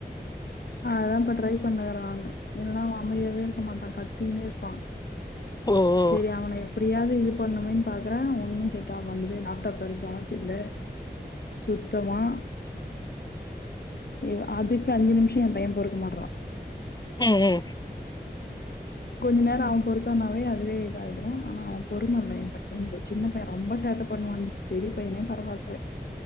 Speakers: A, on the left; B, on the left.
A: அததா இப்ப ட்ரை பண்ணுக்கறா அவ இல்லனா அவ அமைதியாவே இருக்க மாட்டா கத்தினே இருப்பா
B: ஓ ஓ
A: சேரி அவன எப்படியாவது இது பண்ணுமேன்னு பாக்குற ஒன்னும் செட் ஆவமாட்து லேப்டாப் வேற சார்ஜ் இல்ல சுத்தமா இவ அதுக்கு அஞ்சு நிமிஷோ எ பைய பொறுக்க மாட்றா
B: ம் ம்
A: கொஞ்ச நேரோ அவ பொருத்தானாவே அதுவே இதாயிடு‌ ஆனா அவ பொறும இல்ல எ பையனுக்கு சின்ன பைய ரொம்ப சேட்ட பண்ணுவாண்டி பெரிய பையனே பரவாயில்ல